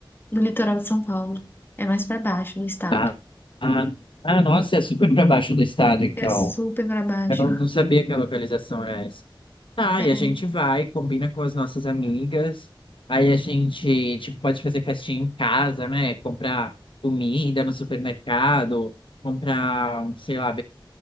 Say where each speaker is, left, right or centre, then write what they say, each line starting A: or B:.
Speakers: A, on the left (about 25°); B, on the left (about 70°).
A: no litoral de São Paulo. É mais para baixo do estado.
B: Ah, ah, ah, nossa, é super pra baixo do estado, então.
A: É super para baixo.
B: Eu não, não sabia que a localização era essa. Tá,
A: É,
B: e a gente vai, combina com as nossas amigas. Aí a gente, tipo, pode fazer festinha em casa, né? Comprar comida no supermercado, comprar, sei lá,